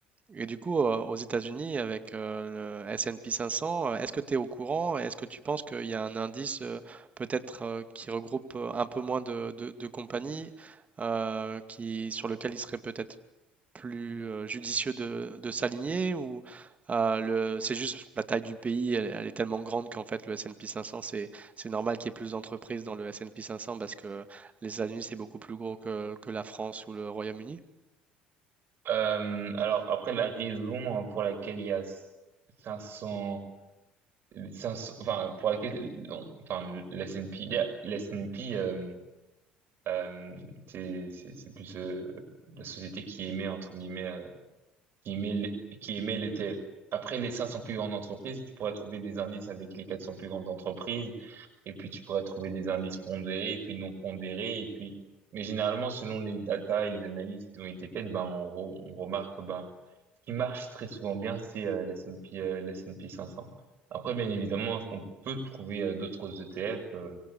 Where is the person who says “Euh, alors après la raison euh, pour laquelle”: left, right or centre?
Right